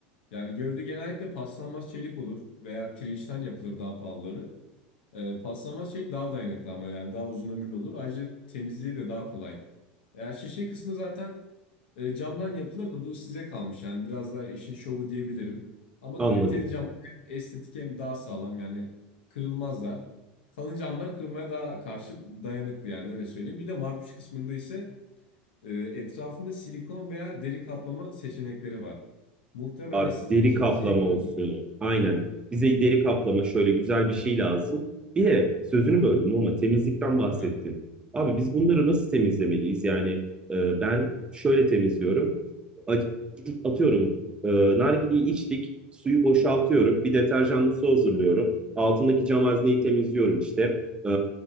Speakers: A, on the left; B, on the right.
A: Yani gövde genellikle paslanmaz çelik olur veya pirinçten yapılır daha pahalıları. Ee, paslanmaz çelik daha dayanıklı ama yani daha uzun ömürlü olur. Ayrıca temizliği de daha kolay. Eğer şişe kısmı zaten e, camdan yapılır da bu size kalmış. Yani biraz daha işin şovu diyebilirim. Ama
B: Anladım.
A: kaliteli cam hem estetik hem daha sağlam yani kırılmazlar. Kalın camlar kırılmaya daha karşı dayanıklı yani öyle söyleyeyim. Bir de marpuç kısmında ise e, etrafında silikon veya deri kaplama seçenekleri var. Muhtemelen
B: Abi
A: sizdeki
B: deri kaplama
A: silikondur.
B: olsun Aynen. Bize deri kaplama şöyle güzel bir şey lazım. Bir de sözünü böldüm ama temizlikten bahsettin.
A: Tabii.
B: Abi biz bunları nasıl temizlemeliyiz? Yani e, ben şöyle temizliyorum. A- gidip Atıyorum e, nargileyi içtik, suyu boşaltıyorum. Bir deterjanlı su hazırlıyorum. Altındaki cam hazneyi temizliyorum işte. E,